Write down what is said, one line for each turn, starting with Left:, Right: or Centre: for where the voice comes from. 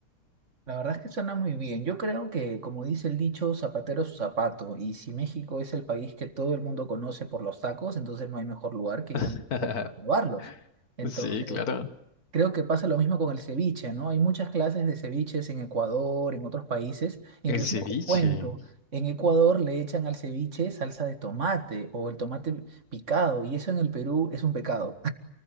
Right: La verdad es que suena muy bien. Yo creo que, como dice el dicho, zapatero a su zapato. Y si México es el país que todo el mundo conoce por los tacos, entonces no hay mejor lugar que ir a
Left: <laughs>
Right: México para probarlos. Entonces,
Left: Sí, claro.
Right: Creo que pasa lo mismo con el ceviche, ¿no? Hay muchas clases de ceviches en Ecuador, en otros países. Inclusive
Left: El ceviche.
Right: te cuento, en Ecuador le echan al ceviche salsa de tomate o el tomate picado y eso en el Perú es un pecado.